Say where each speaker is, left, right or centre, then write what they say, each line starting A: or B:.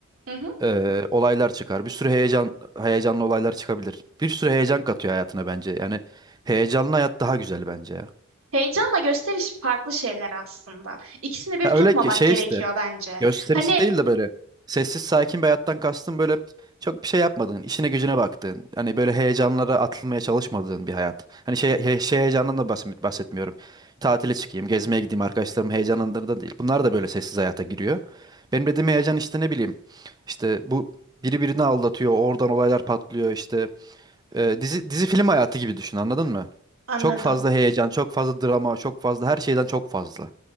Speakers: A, on the right; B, on the right.
A: Hı hı.
B: Ee, olaylar çıkar. Bir sürü heyecan heyecanlı olaylar çıkabilir. Bir sürü heyecan katıyor hayatına bence. Yani heyecanlı hayat daha güzel bence ya.
A: Heyecanla gösteriş farklı şeyler aslında. İkisini bir
B: Ya
A: tutmamak
B: öyle ge- şey
A: gerekiyor
B: işte
A: bence.
B: gösterişi
A: Hani
B: değil de böyle sessiz sakin bir hayattan kastım böyle çok bir şey yapmadığın, işine gücüne baktığın, hani böyle heyecanlara atılmaya çalışmadığın bir hayat. Hani şey, he- şey heyecandan da bahs- bahsetmiyorum. Tatile çıkayım, gezmeye gideyim arkadaşlarım heyecanından da değil. Bunlar da böyle sessiz hayata giriyor. Benim dediğim heyecan işte ne bileyim işte bu biri birini aldatıyor, oradan olaylar patlıyor işte e, dizi dizi film hayatı gibi düşün anladın mı?
A: anladım.
B: Çok fazla heyecan, çok fazla drama, çok fazla her şeyden çok fazla.